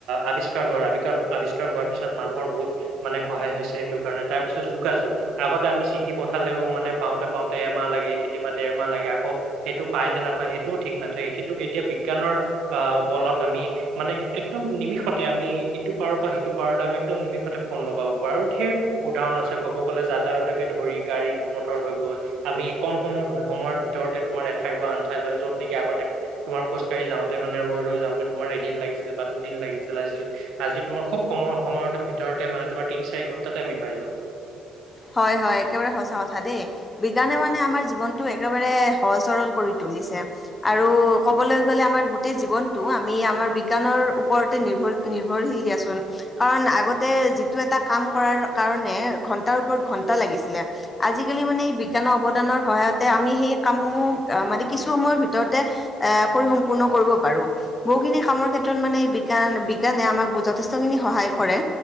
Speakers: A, on the right; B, on the left.
A: আবিছ বিষ্কাৰ হোৱাৰ আ আৱিষ্কাৰ হোৱাৰ পিছত মানুহৰ বহুত মানে সহায় হৈছে। সেইটো কাৰণে তাৰ পিছত যোগাযোগ আগতে আমি চিঠি পঠালেও মানে পাওঁতে পাওঁতে এমাহ লাগে কেতিয়াবা দেৰমাহ লাগে আকৌ সেইটো পায় নে নাপায় সেইটোও ঠিক নাথাকে। কিন্তু এতিয়া বিজ্ঞানৰ আহ বলত আমি মানে একদম নিমিষত আমি ইটো পাৰৰ পৰা সিটো পাৰলৈ আমি একদম নিমিষতে ফোন লগাব পাৰো। আৰু ধেৰ উদাহৰণ আছে ক'ব গ'লে আটাইতাকে ধৰি গাড়ী মটৰ হৈ গ'ল, আমি কম সময় সময়ৰ ভিতৰতে তোমাৰ এঠাইৰ পৰা আন ঠাই য'ত নেকি আগতে তোমাৰ খোজকাঢ়ি যাওঁতে মানে ৰৈ ৰৈ যাওঁতে তোমাৰ এদিন লাগিছিল বা দুদিন লাগিছিল আজি তোমাৰ খুব কমৰ সময়তে ভিতৰতে মানে তোমাৰ তিন, চাৰি ঘন্টাতে আমি পাই যাওঁ।
B: হয়, হয়। একেবাৰে সঁচা কথা দেই। বিজ্ঞানে মানে আমাৰ জীৱনটো একেবাৰে সহজ সৰল কৰি তো তুলিছে আৰু কবলৈ গলে আমাৰ গোটেই জীৱনটো আমি আমাৰ বিজ্ঞানৰ ওপৰতে নিৰ্ভৰ নিৰ্ভৰশীল দিয়াচোন, কাৰণ আগতে যিটো এটা কামকৰাৰ কাৰণে ঘণ ঘণ্টাৰ ওপৰত ঘণ্টা লাগিছিলে, আজি কালি মানে এই বিজ্ঞানৰ অৱদানৰ সহায়তে আমি হেই কাম সমূহ আহ মানে কিছু সময়ৰ ভিতৰতে এ কৰি সম্পূৰ্ণ কৰিব পাৰো। বহুখিনি কামৰ ক্ষেত্ৰত মানে বিজ্ঞান মানে বিজ্ঞানে অমাক বুজোৱা যথেষ্ট খিনি সহায় কৰে